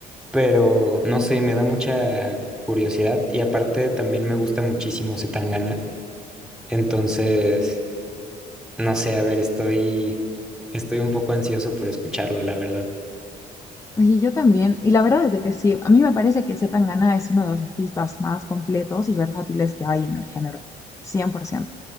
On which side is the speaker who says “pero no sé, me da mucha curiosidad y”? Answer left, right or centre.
Centre